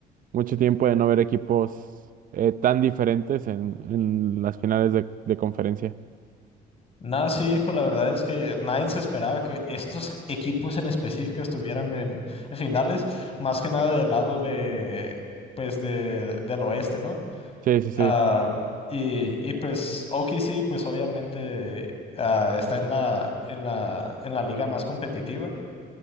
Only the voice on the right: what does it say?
mucho tiempo de no ver equipos eh, tan diferentes en, en las finales de, de conferencia.
Sí, sí, sí.